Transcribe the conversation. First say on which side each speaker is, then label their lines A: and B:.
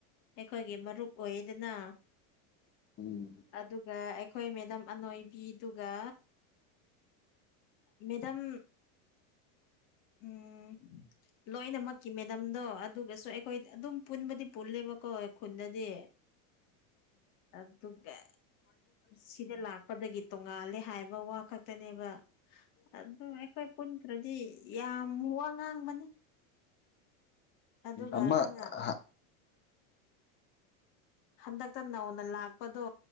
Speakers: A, on the left (about 50°); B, on the left (about 25°).
A: ꯑꯩꯈꯣꯏꯒꯤ ꯃꯔꯨꯞ ꯑꯣꯏꯗꯅ
B: ꯎꯝ
A: ꯑꯗꯨꯒ ꯑꯩꯈꯣꯏ ꯃꯦꯗꯥꯝ ꯑꯅꯣꯏꯕꯤꯗꯨꯒ ꯃꯦꯗꯝ ꯎꯝ ꯂꯣꯏꯅꯃꯛꯀꯤ ꯃꯦꯗꯥꯝꯗꯣ ꯑꯗꯨꯒꯁꯨ ꯑꯩꯈꯣꯏ ꯑꯗꯨꯝ ꯄꯨꯟꯕꯗꯤ ꯄꯨꯜꯂꯦꯕꯀꯣ ꯈꯨꯟꯗꯗꯤ ꯑꯗꯨꯒ ꯁꯤꯗ ꯂꯥꯛꯄꯗꯒꯤ ꯇꯣꯡꯉꯥꯜꯂꯦ ꯍꯥꯏꯕ ꯋꯥ ꯈꯛꯇꯅꯦꯕ ꯑꯗꯨ ꯑꯩꯈꯣꯏ ꯄꯨꯜ ꯅꯠꯇ꯭ꯔꯗꯤ ꯌꯥꯝ ꯋꯥ ꯉꯥꯡꯕꯅꯤ ꯑꯗꯨꯒ
B: ꯑꯃ
A: ꯅꯪꯅ
B: ꯑꯍ
A: ꯍꯟꯗꯛꯇ ꯅꯧꯅ ꯂꯥꯛꯄꯗꯣ